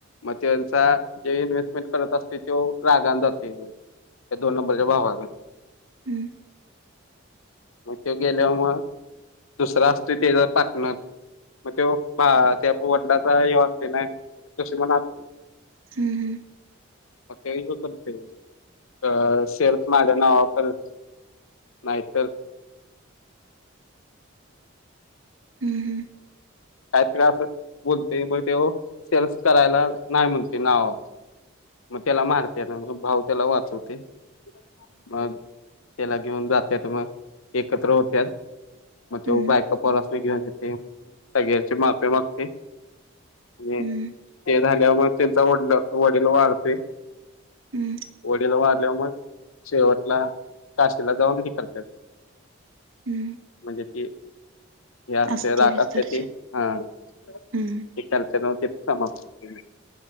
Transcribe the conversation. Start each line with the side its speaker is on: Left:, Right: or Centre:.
Left: मग त्यांचा जे इन्व्हेस्टमेंट असते रागान जातो. <unintelligible> दोन नंबरच्या भावाचं.
Right: हम्म.
Left: मग ते गेल्याव मग दुसरा असतो त्याचा पार्टनर. मग तो त्या वडिलांचा ह्यो असतोय नाही कशी पण असते.
Right: हम्म हम्
Left: अ ते येव करते अ शेअर्स ज ना ऑफर. <unintelligible> नाय तर.
Right: हम् हम्.
Left: काय तर बोलतोय असं तो म्हणून शेअर नावावर करायला नाही बोलतो तो. <unintelligible> म त्याला मारत्यात भाव त्याला वाचवतंय म मग त्याला घेऊन जात्यात एकत्र होत त्यात मग तो
Right: हम्म
Left: बायका पोरस. घेऊन येतोय सगळ्यांची माफी मागतोय आणि
Right: हम्म
Left: ते झाल्या मग त्यांचा वडील वडील वारते.
Right: हम्.
Left: वडील वारल्यावर शेवटला म काशीला जाऊन ये करतात.
Right: हम.
Left: म्ह त हे असते
Right: अस्थिविसर्जन
Left: राख असते ती हा. ते
Right: हम्म
Left: त्यालच नवते समाप्त हो.